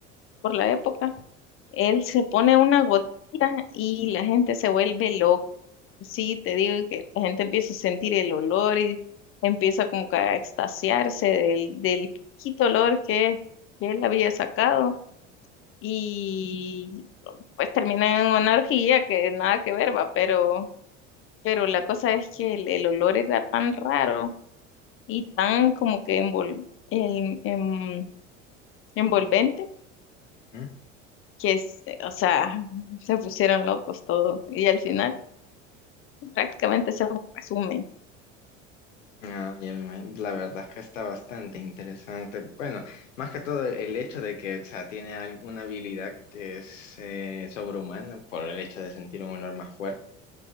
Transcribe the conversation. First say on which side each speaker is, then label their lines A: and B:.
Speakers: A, on the left; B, on the left.
A: por la época Él se pone una gotita y la gente se vuelve loca. Sí, te digo que la gente empieza a sentir el olor y empieza como que a extasiarse del, del poquito olor que, que él había sacado y pues termina en una orgía que nada que ver, va, pero, pero la cosa es que el, el olor era tan raro y tan como que envol- em- em- envolvente
B: ¿no?
A: que, es- o sea, se pusieron locos todos y al final prácticamente ese es un resumen.
B: Ah, ya me imag- la verdad es que está bastante interesante. Bueno, más que todo el hecho de que, o sea, tiene alguna habilidad que es eh, sobrehumana por el hecho de sentir un olor más fuerte.